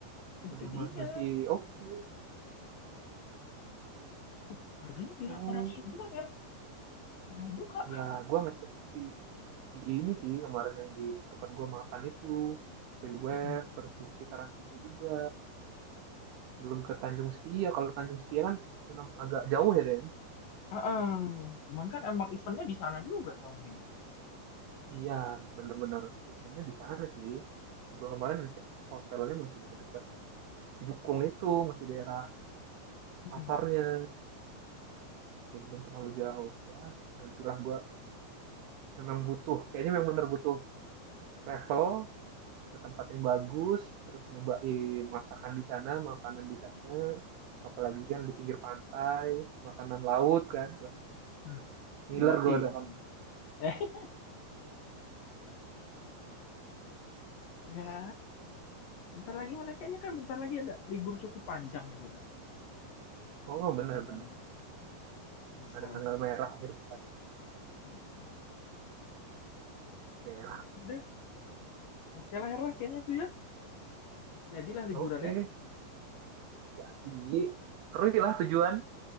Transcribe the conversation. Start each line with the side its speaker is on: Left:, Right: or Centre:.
Left: Itu
Right: udah
Left: dia.
Right: ma- masih oke
Left: Oh, harganya di
Right: oh
Left: ratus ribuan ya. Mahal juga.
Right: ya gue ngecek sih di ini sih kemarin yang di tempat gua makan itu free wave
Left: Mm-mm.
Right: terus di sekitaran situ juga belum ke Tanjung Setia kalau Tanjung Setia kan memang agak jauh ya Den
Left: Heeh. Cuman kan emang eventnya di sana juga tahun ini.
Right: iya bener-bener ikannya di sana sih gua kemarin ngecek hotelnya masih dekat-dekat Jukung itu masih daerah
Left: Mm-mm.
Right: pasarnya jadi belum terlalu jauh ya nantilah gua memang butuh kayaknya memang bener butuh travel ke tempat yang bagus, terus nyobain masakan di sana, makanan di sana, apalagi kan di pinggir pantai, makanan laut kan, wah
Left: Hmm. Yoi.
Right: ngiler gue udah kan.
Left: Eh, <laughs> ya. Bentar lagi mana kayaknya kan bentar lagi ada libur cukup panjang nih kita
Right: Oh
Left: pada
Right: benar-benar
Left: tanggalnya. Bisa
Right: ada
Left: lah.
Right: tanggal merah akhir bulan.
Left: Mm-mm.
Right: Oke, lah.
Left: Udah, oke lah Her lah kayaknya itu ya. Jadilah liburannya.
Right: oke, jadi kerui
Left: Oke,
Right: lah tujuan.